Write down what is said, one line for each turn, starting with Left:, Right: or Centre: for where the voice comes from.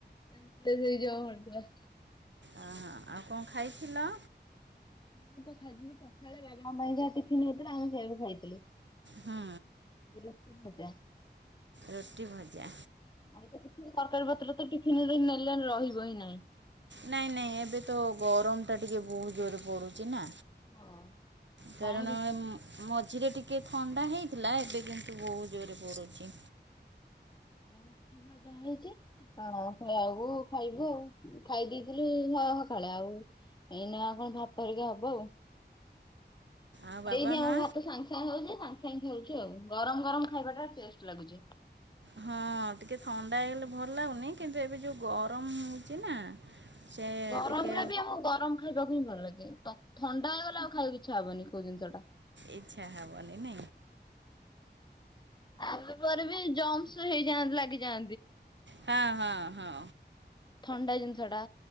Left: ସେନ୍ସ ଲେସ୍ ହେଇଯିବ ମଣିଷ।
Right: ଆ ଆଉ କଣ ଖାଇଥିଲ?
Left: ମୁଁ ତ ଖାଇଥିଲି ସକାଳେ ବାବାଙ୍କ ପାଇଁ ଯାହା ଟିଫିନ ହେଇଥିଲା ଆମେ ସେଇଆକୁ ଖାଇଥିଲୁ।
Right: ହୁଁ
Left: ରୁଟି, ଭଜା।
Right: ରୁଟି ଭଜା
Left: ଆମେ ତ କିଛି ତରକାରୀ ପତ୍ର ତ କି ତିନି ଦିନ ହେଲାଣି ରହିବ ହିଁ ନାଇଁ।
Right: ନାଇଁ ନାଇଁ ଏବେ ତ ଗରମ ଟା ଟିକେ ବହୁତ ଜୋର ପଡୁଛି ନା।
Left: ହଁ।
Right: କାରଣ
Left: ନାଇଁ ରୁଟି
Right: ମ ମ ମଝିରେ ଟିକେ ଥଣ୍ଡା ହେଇଥିଲା ଏବେ କିନ୍ତୁ ବହୁତ ଜୋରେ ପଡୁଛି।
Left: <unintelligible> ହେଇଛି ହ ସେଇଆ କୁ ଖାଇବୁ ଆଉ ଖାଇ ଦେଇଥିଲୁ। ଓହ ସଖାଳେ ଆଉ ଏଇନା କଣ ଭାତ ଧରିକି ହବ ଆଉ।
Right: ଆଉ ବାବା
Left: ଏଇଠି
Right: ମା
Left: ଆମ ଭାତ ସାଙ୍ଗେ ସାଙ୍ଗେ ହୋଉଚି ସାଙ୍ଗେ ସାଙ୍ଗେ ହୋଉଚି। ଦେଖ ଆଉ ଗରମ ଗରମ ଖାଇବା ଟା ଟେଷ୍ଟ ଲାଗୁଚି।
Right: ହଁ ଟିକେ ଥଣ୍ଡା ହେଇଗଲେ ଭଲ ଲାଗୁନି, କିନ୍ତୁ ଏବେ ଯୋଉ ଗରମ ହୋଉଚି ନା। ସେ
Left: ଗରମ
Right: ଟିକେ
Left: ଳେ ବି ଆଉ ଗରମ ଖାଇବାକୁ ହିଁ ଭଲ ଲାଗେ, ଥଣ୍ଡା ହେଇଗଲା ଆଉ ଖାଇବା ଇଚ୍ଛା ହବନି କୋଉ ଜିନିଷ ଟା।
Right: ଇଚ୍ଛା ହବନି ନା
Left: ଆମେ ପରେ ବି ଜମ୍ସ ହେଇଯାଆନ୍ତି ଲାଗିଯାଆ
Right: ହଁ ହଁ ହଁ।
Left: ଥଣ୍ଡା ଜିନିଷ ଟା।